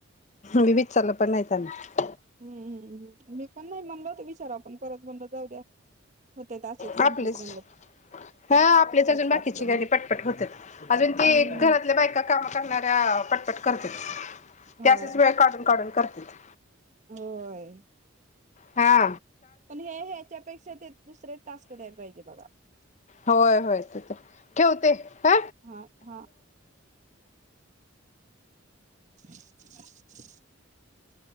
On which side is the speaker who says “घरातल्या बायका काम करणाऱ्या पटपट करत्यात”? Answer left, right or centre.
Left